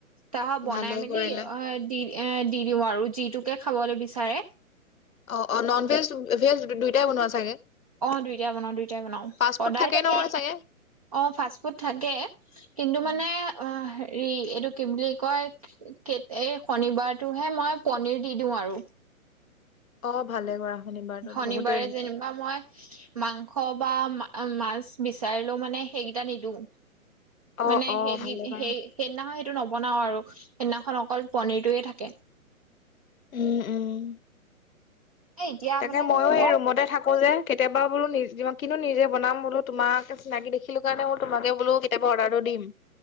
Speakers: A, on the right (about 25°); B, on the left (about 70°).
A: তাহ বনাই
B: ভালে
A: মেলি
B: কৰিলা
A: অ' দি এ দি দিওঁ আৰু যিটোকে খাবলে বিচাৰে।
B: অ' অ' নন ভেজ, ভেজ দুইটাই বনোৱা চাগে?
A: অ' দুইটাই বনাও, দুইটাই বনাও।
B: ফাষ্ট
A: সদায়
B: ফুড থাকেই
A: তাকে
B: নহয় চাগে
A: অ' ফাষ্ট ফুড থাকে। কিন্তু
B: উম
A: মানে অ' হেৰি এইটো কি বুলি কয় এই শনিবাৰটোহে মই পনীৰ দি দিওঁ আৰু।
B: অ' ভালে কৰা। শনিবাৰটোত
A: শনিবাৰে
B: বহুতে
A: যেনিবা মই মাংস বা মাছ বিচাৰিলেও মানে সেইকেইটা নিদো।
B: অ
A: মানে,
B: অ
A: সেই
B: ভালে কৰা
A: সেই সেইদিনাখন সেইটো নবনাও আৰু সেইদিনাখন অকল পনীৰটোয়ে থাকে।
B: উম উম।
A: এ এতিয়া
B: তাকে
A: মানে
B: মইয়ো
A: মই
B: এই ৰুমতে থাকো যে। কেতিয়াবা বোলো নি কিনো নিজে বনাম বোলো, তোমাকে চিনাকি দেখিলো কাৰণে মই তোমাকে বোলো, কেতিয়াবা অৰ্ডাৰটো দিম।